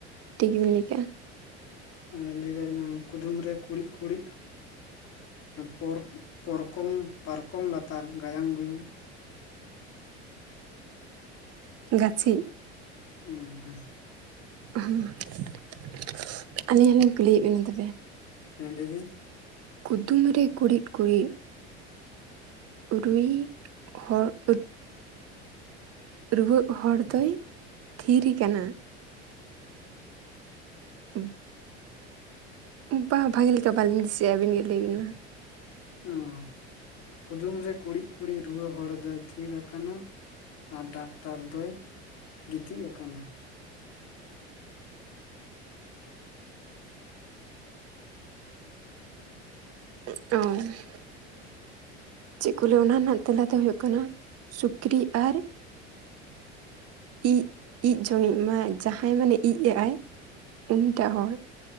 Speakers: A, on the right (about 45°); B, on the left (about 50°).
A: ᱴᱷᱤᱠ ᱜᱮᱵᱤᱱ ᱞᱟᱹᱭ ᱠᱮᱜᱼᱟ᱾
B: ᱟᱨ ᱞᱟᱹᱭ ᱫᱟᱲᱮᱧᱟ ᱠᱩᱫᱩᱢ ᱨᱮ ᱠᱩᱲᱤᱫ ᱠᱩᱬᱤᱫ ᱯᱚᱨ ᱯᱚᱨᱠᱚᱢ, ᱯᱟᱨᱠᱚᱢ ᱞᱟᱛᱟᱨ ᱜᱟᱭᱟᱱ ᱜᱩᱭᱩᱝ?
A: ᱜᱟᱥᱤᱡ᱾
B: ᱚ ᱦᱮᱸ᱾
A: ᱦᱚᱸ ᱟᱹᱞᱤᱧ ᱦᱚᱞᱤᱧ ᱠᱩᱞᱤᱭᱮᱫ ᱵᱮᱱᱟ ᱛᱚᱵᱮ?
B: ᱦᱮᱸ ᱞᱟᱹᱭᱵᱤᱱ᱾
A: ᱠᱩᱫᱩᱢ ᱨᱮ ᱠᱩᱬᱤᱫ ᱠᱩᱬᱤᱫ ᱛᱭᱨᱩᱭ ᱦᱚᱲ ᱟᱹᱴ ᱨᱩᱣᱟᱹᱜ ᱦᱚᱲ ᱫᱚᱭ ᱛᱷᱤᱨ ᱠᱟᱱᱟ? <unintelligible> ᱵᱟ ᱵᱷᱟᱜᱮ ᱞᱮᱠᱟ ᱵᱟᱞᱤᱧ ᱫᱤᱥᱟᱹᱭᱮᱜᱼᱟ᱾ ᱟᱵᱤᱱᱜᱮ ᱞᱟᱹᱭ ᱵᱤᱱ ᱢᱟ?
B: ᱚ ᱠᱩᱫᱩᱢ ᱨᱮ ᱠᱩᱲᱤᱫ ᱠᱩᱲᱤᱫ ᱨᱩᱣᱟᱹ ᱦᱚᱲ ᱫᱚᱭ ᱛᱷᱤᱨ ᱟᱠᱟᱱᱟ ᱟᱨ ᱰᱟᱠᱛᱟᱨ ᱫᱚᱭ ᱜᱤᱛᱤᱡ ᱟᱠᱟᱱᱟ?
A: ᱮᱫ ᱪᱚᱝ <unintelligible> ᱪᱮᱫ ᱠᱚ ᱞᱟᱹᱭᱟ ᱚᱱᱟ ᱨᱮᱱᱟᱜ ᱛᱮᱞᱟ ᱫᱚ ᱦᱳᱭᱳᱜ ᱠᱟᱱᱟ ᱥᱩᱠᱨᱤ, ᱟᱨ ᱤᱡᱽ, ᱤᱡᱽ ᱡᱚᱝᱤᱡ ᱢᱟ ᱡᱟᱦᱟᱸᱭ ᱢᱟᱱᱮ ᱤᱡᱽ ᱮᱜᱼ ᱟᱭ ᱩᱱᱤᱴᱟᱜ ᱦᱚᱲ᱾